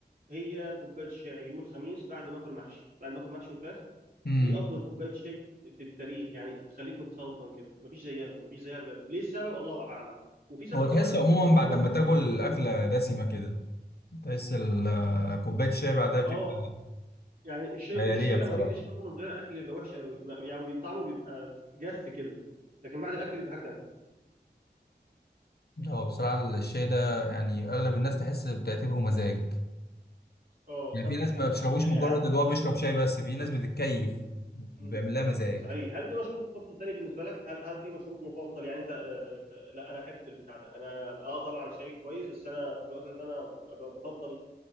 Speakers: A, on the right; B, on the left.
A: هي كوبايه شاي يوم الخميس بعد ما اكل محشي بعد ما اكل محشي وفراخ
B: امم
A: دي افضل كوبايه شاي في التاريخ يعني تخليك متسلطن كده مفيش زيها مفيش زيها بجد ليه السبب الله اعلم وفي سبب
B: هو تحس
A: كمان
B: عموما
A: وفي
B: بعد
A: برضو
B: ما تاكل اكله دسمه كده تحس ال- كوبايه الشاي بعدها بتبقى
A: اه يعني الشاي
B: خياليه
A: الشاي
B: بصراحه
A: لما تيجي تشربه من غير اكل بيبقى وحش قوي ما- يعني طعمه بيبقى جف كده لكن بعد الاكل بيبقى حاجه تانيه
B: هو بصراحة الشاي ده يعني أغلب الناس تحس بتعتبره مزاج
A: اه
B: يعني
A: طب
B: في ناس ما بيشربوش
A: هل
B: مجرد اللي
A: في
B: هو
A: مشروب
B: بيشرب شاي بس في ناس بتتكيف
A: مم.
B: بيعمل لها مزاج
A: صحيح هل في مشروب مفضل تاني بالنسبه لك هل هل في مشروب مفضل يعني انت آه، لا انا احب البتاع ده انا اه طبعا الشاي كويس بس انا في الوقت ده انا ب- بفضل